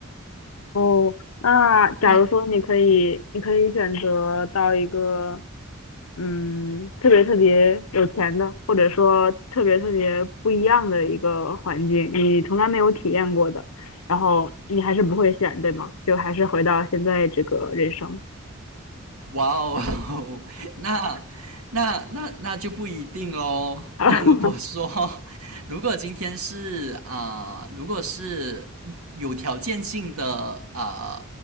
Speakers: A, on the left (about 75°); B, on the right (about 85°).
A: 哦，那假如说你可以，
B: 那
A: 你可以选择到一个嗯，特别特别有钱的，或者说特别特别不一样的一个环境，你从来没有体验过的，然后你还是不会选，对吗？就还是回到现在这个人生。
B: 哇哦，<laughs> 那那那那就不一定喽。
A: <laughs>
B: 那如果说，<laughs> 如果今天是啊、如果是有条件性的啊、